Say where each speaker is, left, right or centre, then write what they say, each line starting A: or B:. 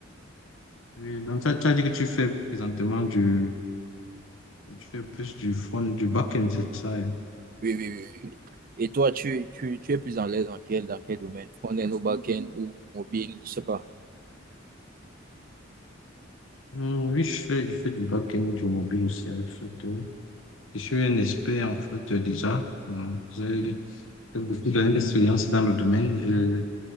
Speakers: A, on the left (about 80°); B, on the right (about 45°).
A: Oui, Donc, tu as, tu as dit que tu fais présentement du, tu fais plus du front, du back-end, c'est ça? hein
B: Oui, oui, oui. oui. Et toi, tu, tu, tu es plus à l'aise dans quel, dans quel domaine? Front-end ou back-end ou mobile, je sais pas.
A: Hum, oui, je fais, je fais du back-end, du mobile aussi avec Flutter. Je suis un expert en Flutter déjà. Non, J'ai j'ai beaucoup d'années d'expérience dans le domaine. Je,